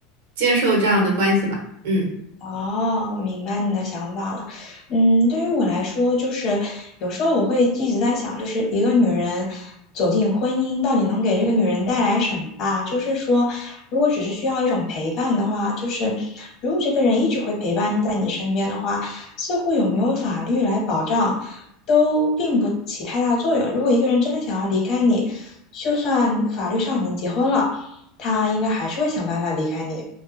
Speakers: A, on the right; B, on the left.
A: 接受这样的关系吧。嗯
B: 哦，我明白你的想法了。嗯，对于我来说，就是有时候我会一直在想，就是一个女人走进婚姻，到底能给这个女人带来什么吧？就是说，如果只是需要一种陪伴的话，就是如果这个人一直会陪伴在你身边的话，似乎有没有法律来保障，都并不起太大作用。如果一个人真的想要离开你，就算法律上已经结婚了，他应该还是会想办法离开你。